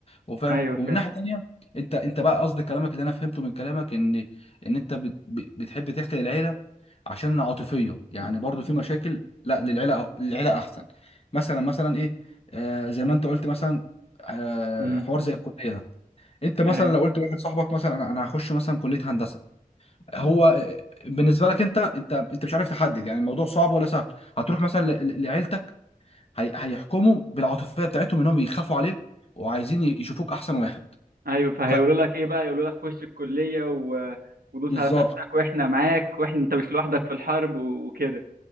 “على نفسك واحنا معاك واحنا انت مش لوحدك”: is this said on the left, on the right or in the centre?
Right